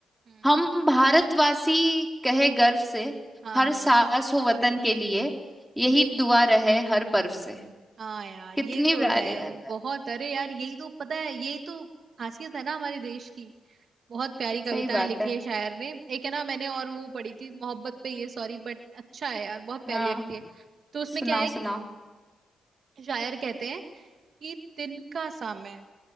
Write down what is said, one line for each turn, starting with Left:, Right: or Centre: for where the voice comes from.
Right: हम्म
Centre: हम भारतवासी कहे गर्व से
Right: हाँ
Centre: हर
Right: हाँ
Centre: सांस हो वतन के लिए यही दुआ रहे हर पर्व से
Right: हाँ यार
Centre: कितनी
Right: ये तो
Centre: प्यारी
Right: है
Centre: मतलब
Right: बहुत अरे यार यही तो पता है यही तो खासियत है ना हमारे देश की बहुत प्यारी कविताएं
Centre: सही बात
Right: लिखी
Centre: है
Right: है शायर ने एक है ना मैंने और वो पढ़ी थी मोहब्बत पे ये सॉरी बट अच्छा है यार बहुत प्यारी
Centre: हाँ
Right: लगती है तो उसमें
Centre: सुनाओ
Right: क्या है एक
Centre: सुनाओ
Right: शायर कहते हैं कि तिनका सामे